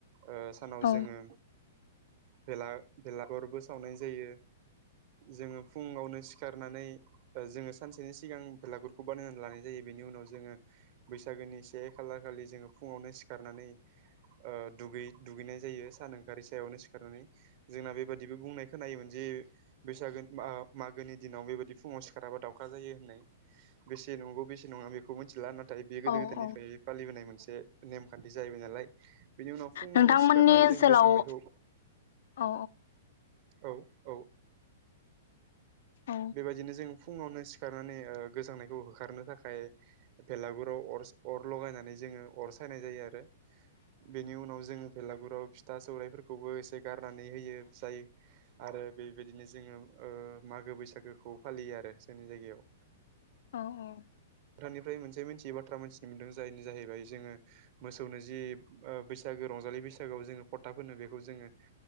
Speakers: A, on the right; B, on the left.
A: ओ सानाव
B: औ
A: जोङो भेला भेलागुरबो सावनाय जायो। जोङो फुङावनो सिखारनानै जोङो सानसेनि सिगां बेलागुरखौ बानायनानै लानाय जायो। बिनि उनाव जोङो बैसागोनि से खालार खालि जोङो फुङावनो सिखारनानै ओ दुगै-दुगैनाय जायो सान ओंखारि सायावनो सिखारनानै। जोंना बेबादिबो बुंनाय खोनायोमोन जे <unintelligible> बैसागु बा मागोनि दिनाव बेबायदि फुङाव सिखाराबा दाउखा जायो होननाय। बेसे नंगौ, बेसे नङा बेखौ मिथिला। ना थाय बे गोदो
B: औ
A: गोदायनिफाय
B: औ
A: फालिबोनाय मोनसे नेमखान्थि जाहैबाय नालाय। बिनि उनाव फुङावनो
B: नोंथांमोननि
A: सिखारनानै
B: ओनसोलाव
A: जों गोजांनायखौ
B: औ औ
A: औ औ।
B: औ
A: बेबायदिनो जों फुङावनो सि खारनानै ओ गोजांनायखौ होखारनो थाखाय भेलागुराव अरस अर लगायनानै जोङो अर - सायनाय जायो आरो बेनि उनाव जोङो बेलागुराव फिथा सौराइफोरखौबो एसे गारनानै होयो जायो आरो बेबायदिनो जोङो मागो बैसागोखौ फालियो आरो जोंनि जायगायाव।
B: औ औ।
A: नोंथांनिफ्राय मोनसे मोनथियै बाथ्रा मोनथिनो मोनदों। जायनि जाहैबाय जोङो मोसौनो जि ओ बैसागो रंजालि बैसागोयाव जोङो फथा फोननो बेखौ जोङो